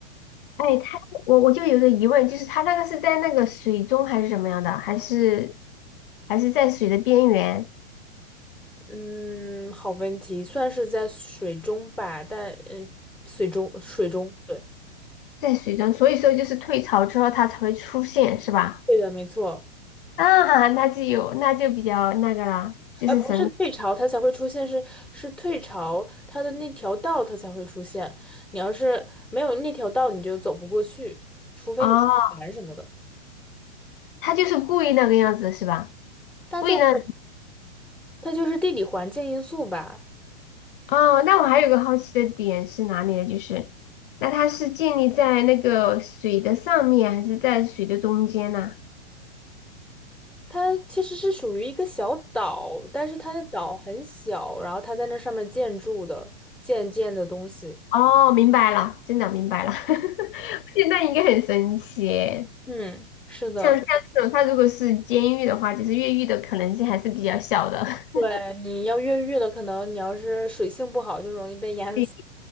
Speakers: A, on the left; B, in the centre.
A: 哎，他我我就有个疑问，就是他那个是在那个水中还是怎么样的，还是还是在水的边缘，
B: 嗯，好问题，算是在水中吧，但嗯，水中水中，对，
A: 在水中，所以说就是退潮之后它才会出现，是吧？
B: 对的，没错。
A: 啊，那就有，那就比较那个了，就是神奇
B: 呃，不是退潮它才会出现，是是退潮它的那条道它才会出现。你要是没有那条道，你就走不过去，除非你开船什么的。
A: 哦，他就是故意那个样子是吧？
B: 就是。
A: 故意那
B: 它就是地理环境因素吧。
A: 哦，那我还有个好奇的点是哪里呢？就是那它是建立在那个水的上面，还是在水的中间呢？
B: 它其实是属于一个小岛，但是它的岛很小，然后它在那上面建筑的，建建的东西。
A: 哦，明白了，真的明白了。<laughs> 现在应该很神奇耶
B: 嗯，是的，
A: 像像这种，他如果是监狱的话，就是越狱的可能性还是比较小的。<laughs>
B: 对，你要越狱了，可能你要是水性不好，就容易被淹死。
A: 对，